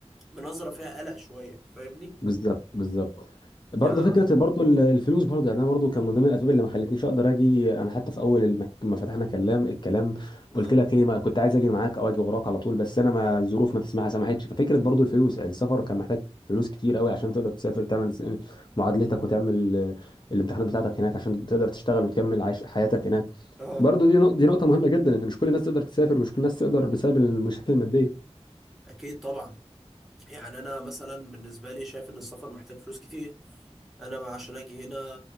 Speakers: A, in the centre; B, on the left.
A: بنظره فيها قلق شويه فاهمني
B: بالظبط بالظبط برضه
A: اه
B: فكره برضه ال- الفلوس برضه يعني انا برضه كان من ضمن الاسباب اللي ما خلتنيش اقدر اجي انا حتى في اول المك... ما فتحنا كلام الكلام
A: اه
B: قلت لك ايه ما كنت عايز اجي معاك او اجي وراك على طول بس انا ما
A: اه
B: الظروف ما تسمح سمحتش ففكره برضه الفلوس يعني السفر كان محتاج فلوس كتير قوي عشان تقدر تسافر تعمل س- معادلتك
A: مم.
B: وتعمل آه، الامتحانات بتاعتك هناك عشان تقدر تشتغل وتكمل عيش حياتك هناك
A: اه
B: برضه دي نق... دي نقطه مهمه جدا ان مش كل الناس تقدر تسافر ومش كل الناس تقدر بسبب المشاكل الماديه
A: اكيد طبعا يعني انا مثلا بالنسبه لي شايف ان السفر محتاج فلوس كتير انا عشان اجي هنا